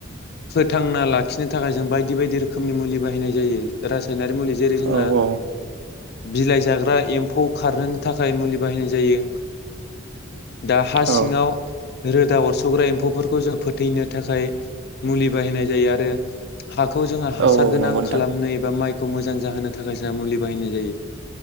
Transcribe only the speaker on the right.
औ
औ
औ औ
नंगौ नोंथां